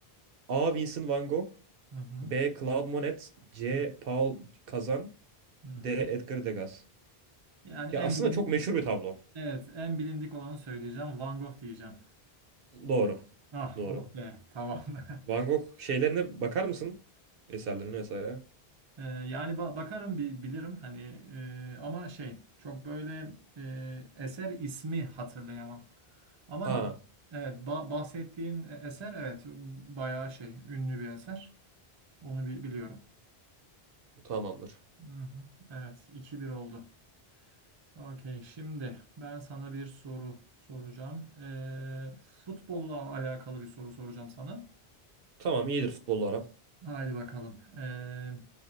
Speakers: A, on the right (about 70°); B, on the right (about 40°).
A: A. Vincent van Gogh
B: Hı hı.
A: B. Claude Monet C.
B: Hı
A: Paul Cézanne
B: hı.
A: D. Edgar Degas
B: Yani
A: Ya
B: en
A: aslında
B: bilin
A: çok meşhur bir tablo.
B: evet en bilindik olanı söyleyeceğim. Van Gogh diyeceğim.
A: Doğru.
B: Ah
A: Doğru.
B: oh be tamam. <laughs>
A: Van Gogh şeylerine bakar mısın? Eserlerine vesaire.
B: Ee, yani ba- bakarım bir bilirim hani e, ama şey çok böyle e, eser ismi hatırlayamam. Ama
A: Ha,
B: evet ba- bahsettiğin e- eser evet bayağı şey ünlü bir eser. Onu bir biliyorum.
A: tamamdır.
B: Hı hı. Evet iki bir oldu. Okey şimdi ben sana bir soru soracağım. Ee, futbolla alakalı bir soru soracağım sana.
A: Tamam iyidir futbolla aram.
B: Haydi bakalım. Ee,